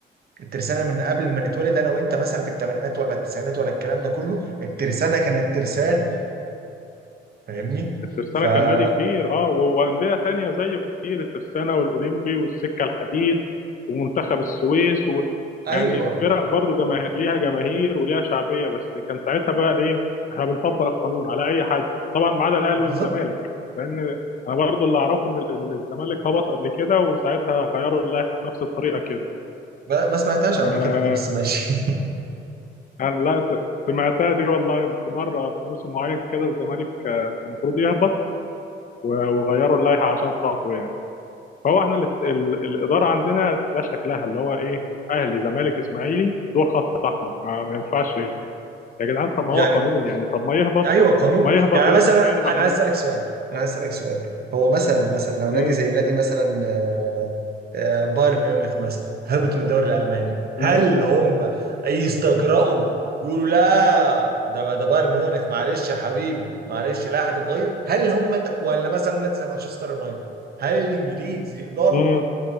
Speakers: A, on the right; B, on the left.
A: الترسانة من قبل ما نتولد انا وانت مثلا في الثمانينات ولا التسعينات ولا الكلام ده كله الترسانة كانت ترسانة فاهمني
B: الترسانه
A: فجماعة
B: كان نادي كبير اه و- وانديه تانية زيه كتير الترسانه والاولمبي والسكه الحديد ومنتخب السويس و...
A: ايوه
B: يعني فرق برضو جماه... ليها جماهير وليها شعبيه بس كان ساعتها بقى ايه احنا بنطبق القانون على اي حد طبعا ما عدا الاهلي
A: بالظبط
B: والزمالك لان انا برضو اللي اعرفه ان ال- الزمالك هبط قبل كده وساعتها غيروا اللائحه بنفس الطريقه كده
A: ما ما سمعتهاش
B: آه،
A: قبل كده دي بس ماشي
B: انا لا س- سمعتها دي والله في مره في موسم معين كده الزمالك آه، كان المفروض يهبط و- وغيروا اللائحه عشان خاطره يعني فهو احنا اللي ال- الاداره عندنا ده شكلها اللي هو ايه اهلي زمالك اسماعيلي دول خط احمر ما, ما ينفعش يا جدعان طب ما
A: <laughs> يعني
B: هو قانون يعني طب ما يهبط
A: ايوه قانون
B: ما يهبط
A: يعني
B: ويطلع
A: مثلا
B: تاني ما
A: انا
B: احنا
A: عايز اسالك سؤال انا عايز اسالك سؤال هو مثلا مثلا لو نادي
B: امم
A: زي نادي مثلا آه، آه، بايرن ميونخ مثلا هبط من الدوري الالماني هل
B: امم
A: هم يستجرأوا يقولوا لا ده ما ده بايرن ميونخ معلش يا حبيبي معلش لا هتتغير هل هم انت ولا مثلا نادي زي مانشستر يونايتد هل الانجليز يقدروا
B: امم